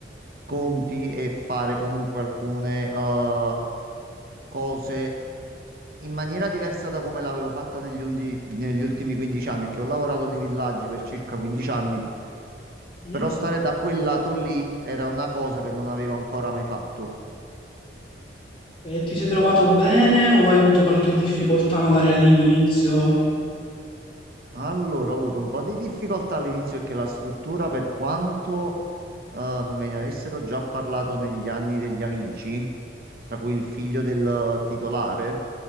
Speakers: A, on the right; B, on the left.
A: conti e fare comunque alcune eh, cose in maniera diversa da come l'avevo fatta negli, undi- negli ultimi 15 anni, che ho lavorato nei villaggi per circa 15 anni,
B: mhm.
A: però stare da quel lato lì era una cosa che non avevo ancora mai fatto.
B: E ti sei trovato bene o hai avuto qualche difficoltà magari all'inizio?
A: Allora, ho avuto un po' di difficoltà all'inizio perché la struttura, per quanto eh, me ne avessero già parlato negli anni degli amici, tra cui il figlio del titolare,